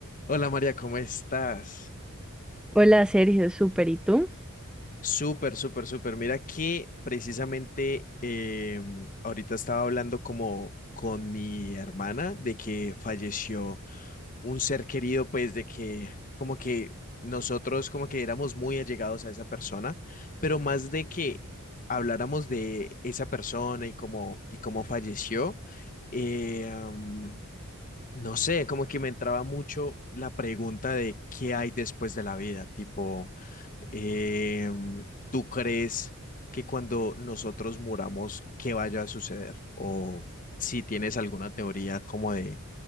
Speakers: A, on the left; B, in the centre.
A: Hola María, ¿cómo estás?
B: Hola Sergio, súper, ¿y tú?
A: Súper, súper, súper. Mira que precisamente eh, ahorita estaba hablando como con mi hermana de que falleció un ser querido, pues de que como que nosotros como que éramos muy allegados a esa persona, pero más de que habláramos de esa persona y cómo, y cómo falleció, eh, am, no sé, como que me entraba mucho la pregunta de qué hay después de la vida, tipo... Eh, ¿tú crees que cuando nosotros muramos, qué vaya a suceder? O si tienes alguna teoría como de,